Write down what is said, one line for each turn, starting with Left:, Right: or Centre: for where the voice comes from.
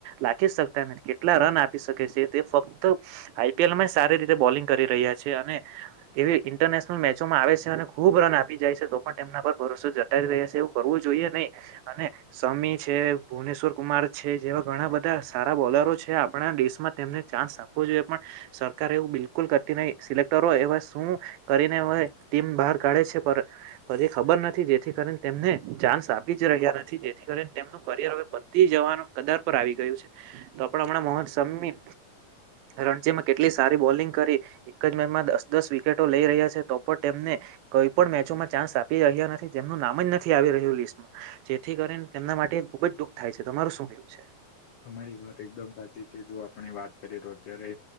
Right: લાખી શકતા નથી, કેટલા રન આપી શકે છે તે ફક ત આઈપીએલમાં યે સારી રીતે બોલિંગ કરી રહ્યા છે, અને એવી ઇન્ટરનેશનલ મેચોમાં આવે છ છે અને ખુબ રન આપી જાય છે તો પણ એમના પર ભરોસો જટાય રહ્યા છે એવું કરવું જોઈએ નહી. અને સમ મી છે, ભુવનેશ્વર કુમાર છે, જેવા ઘણા બધા સારા બોલરો છે આપણા દેેશમાં તેમને ચાન્સ આપ આપવુ જોઈએ પણ સરકારે એવું બિલકુલ કરતી નહી, સિલેક્ટરો એવા શું કરીને હોય ટીમ બહાર કાઢે છે, પર પરી ખબર નથી, જેથી કરન તેમને ચાન્સ આપી જ રહ્યા નથી, જેથી ઘરે તેમનું કરિયર હવે પત્તી જવાનું કદાર પર આવી ગયું છે, તો પણ હમણાં મોહક સમી રણજીમાં કેટલી સારી બોલિંગ કરી, એક જ મેચમાં દસ દસ વિકેટો લઈ રહ્યા છે તો પણ તેમને કઈ પણ મેચોમાં ચાન્સ આપી રહ્યા નથી, જેમનું નામ જ નથી આવી રહ્યું લિસ્ટમા, જેથી ક રીન તેમના માટે ખુબ જ દુઃખ થાય છે, તમારું શું એવું છે?
Left: તમારી વાત એકદમ સાચી છે, જો આપણે વાત કરીએ તો અત્યારે